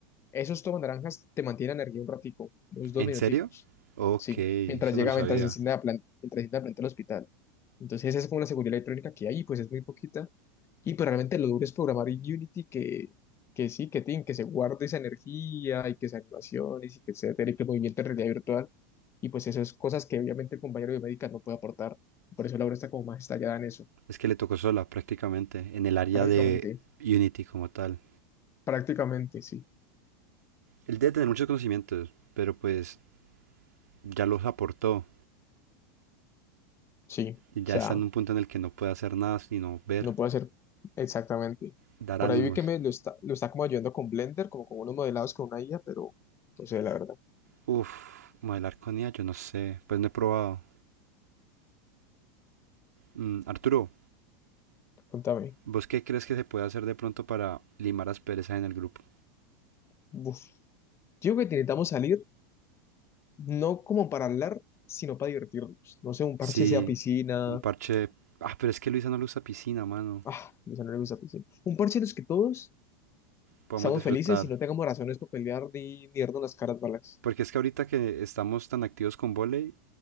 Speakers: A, on the left (about 30°); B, on the right (about 85°).
A: esos tomas naranjas te mantienen energía un ratico, unos
B: ¿En
A: dos minuticos.
B: serio? Ok,
A: Sí,
B: eso
A: mientras llega,
B: no lo sabía.
A: mientras enciende la planta, mientras enciende la planta del hospital. Entonces esa es como la seguridad electrónica que hay, pues es muy poquita. Y pues realmente lo duro es programar en Unity que, que sí, que tin, que se guarde esa energía y que esas animaciones y que etcétera, y que el movimiento en realidad virtual. Y pues esas cosas que obviamente el compañero biomédica no puede aportar. Por eso la obra está como más estallada en eso.
B: Es que le tocó sola prácticamente en el área
A: Prácticamente,
B: de Unity como tal.
A: prácticamente, sí.
B: Él debe tener muchos conocimientos, pero pues ya los aportó
A: Sí, o
B: y ya
A: sea,
B: está en un punto en el que no puede hacer nada sino ver,
A: No puede ser exactamente.
B: dar
A: Por
B: ánimos.
A: ahí vi que me lo está, lo está como ayudando con Blender, como con unos modelados con una IA, pero no sé, la verdad.
B: Uf, modelar con ella, yo no sé, pues no he probado. Mm, Arturo,
A: Contame.
B: ¿vos qué crees que se puede hacer de pronto para limar las perezas en el grupo?
A: Uf. Yo creo que necesitamos salir, no como para hablar, sino para divertirnos. No sé, un parche
B: Sí,
A: sea piscina.
B: un parche... Ah, pero es que Luisa no le usa piscina, mano.
A: Ah, a mis amigos a piscina. Un parche en los que todos
B: Podemos
A: estamos
B: disfrutar.
A: felices y no tengamos razones para pelear ni, ni darnos las caras malas.
B: Porque es que ahorita que estamos tan activos con volei,